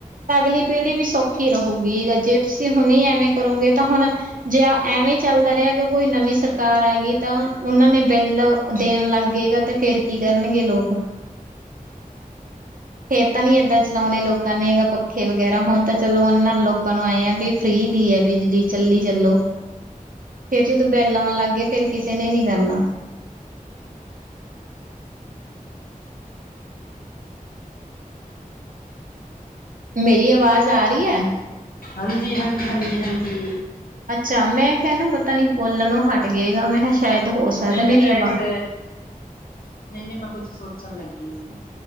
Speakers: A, on the right (about 70°); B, on the left (about 80°).
A: ਤਾਂ ਅਗਲੀ ਪੀੜ੍ਹੀ ਵੀ ਸੌਖੀ ਰਹੁੰਗੀ ਜੇ ਤੁਸੀਂ ਹੁਣ ਐਵੇਂ ਕਰੋਗੇ ਤਾਂ ਹੁਣ ਜੇ ਐਵੇਂ ਚੱਲਦਾ ਰਿਆ ਅਗਰ ਕੋਈ ਨਵੀਂ ਸਰਕਾਰ ਆ ਗਈ ਤਾਂ ਉਹਨਾਂ ਨੇ ਬਿੱਲ ਦੇਣ ਲੱਗਗੇ ਗਾ ਤੇ ਫੇਰ ਕੀ ਕਰਨਗੇ ਲੋਕ ਫੇਰ ਤਾਂ ਨੀ ਏਦਾਂ ਚਲਾਉਣੇ ਲੋਕਾਂ ਨੇ ਹੈਗਾ ਪੱਖੇ ਵਗੈਰਾ ਹੁਣ ਤਾਂ ਚਲੋ ਉਹਨਾਂ ਲੋਕ ਲੋਕਾਂ ਨੂੰ ਐ ਏ ਆ ਵੀ ਫ੍ਰਰੀ ਦੀ ਐ ਬਿਜਲੀ ਚੱਲੀ ਚੱਲੋ। ਫੇਰ ਜਦੋਂ ਬਿਲ ਆਉਣ ਲੱਗ ਗਏ ਫੇਰ ਕਿਸੇ ਨੇ ਨੀ ਕਰਨਾ। ਮੇਰੀ ਆਵਾਜ਼ ਆ ਰੀ ਐ।
B: ਹਾਂਜੀ-ਹਾਂਜੀ-ਹਾਂਜੀ-ਹਾਂਜੀ।
A: ਅੱਛਾ ਮੈਂ ਕਹਿਣਾ ਪਤਾ ਨੀ ਬੋਲਣੋ ਨੂੰ ਹਟ ਗਏਗਾ ਮੈਂ ਕਿ ਸੈਦ ਹੋ ਸਕਦਾ
B: ਨਈ-ਨਈ
A: ਮੇਰੀ
B: ਮੈਂ ਕੁਛ
A: ਆਵਾਜ਼
B: ਨਈ ਨਈ ਮੈਂ ਕੁਛ ਸੋਚਣ ਲੱਗੀ ਸੀ।